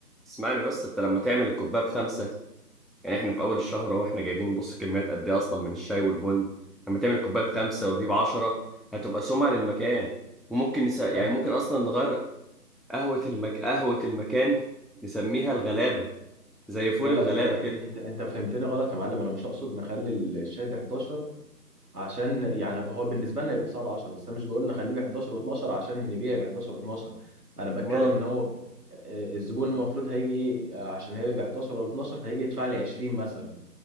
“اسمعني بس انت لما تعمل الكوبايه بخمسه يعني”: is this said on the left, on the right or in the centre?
Centre